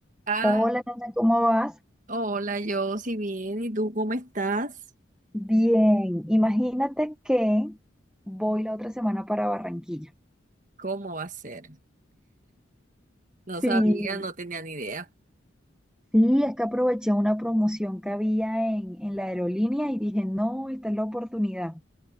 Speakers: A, on the right (about 40°); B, in the centre.
A: Ah,
B: Hola, Nata, ¿cómo vas?
A: hola, yo, sí bien, ¿y tú cómo estás?
B: Bien, imagínate que voy la otra semana para Barranquilla.
A: ¿Cómo va a ser? No
B: Sí,
A: sabía, no tenía ni idea.
B: sí, es que aproveché una promoción que había en, en la aerolínea y dije, no, esta es la oportunidad.